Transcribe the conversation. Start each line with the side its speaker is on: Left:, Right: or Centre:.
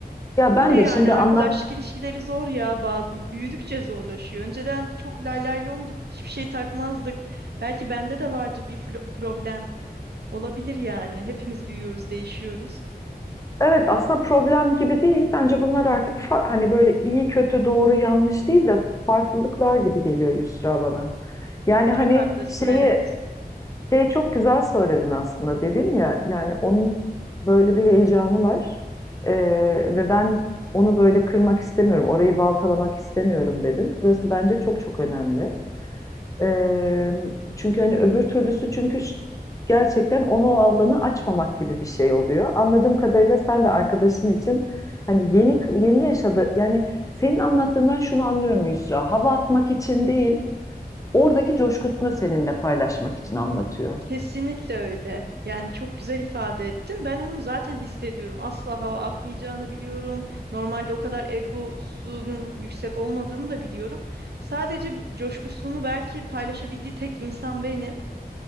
Left: Ya ben
Right: Öyle yani
Left: de şimdi
Right: arkadaşlık
Left: anlat.
Right: ilişkileri zor ya bazı büyüdükçe zorlaşıyor. Önceden çok lay lay lomduk, hiçbir şey takmazdık. Belki bende de vardır bir pro- problem. Olabilir yani. Hepimiz büyüyoruz, değişiyoruz.
Left: Evet aslında problem gibi değil. Bence bunlar artık fa- hani böyle iyi kötü doğru yanlış değil de farklılıklar gibi geliyor Yusra bana. Yani
Right: Çok
Left: hani
Right: haklısın,
Left: şeyi
Right: evet.
Left: şey çok güzel söyledin aslında dedim ya yani onun böyle bir heyecanı var Ee, ve ben onu böyle kırmak istemiyorum orayı baltalamak istemiyorum dedim. Burası bence çok çok önemli. Ee, çünkü hani öbür türlüsü çünkü ş- gerçekten onu o alanı açmamak gibi bir şey oluyor. Anladığım kadarıyla sen de arkadaşın için hani yeni yeni yaşadı yani senin anlattığından şunu anlıyorum Yusra hava atmak için değil oradaki coşkusunu seninle paylaşmak için anlatıyor.
Right: Kesinlikle öyle. Yani çok güzel ifade ettin. Ben onu zaten hissediyorum. Asla hava atmayacağını biliyorum. Normalde o kadar egosunun yüksek olmadığını da biliyorum. Sadece coşkusunu belki paylaşabildiği tek insan benim.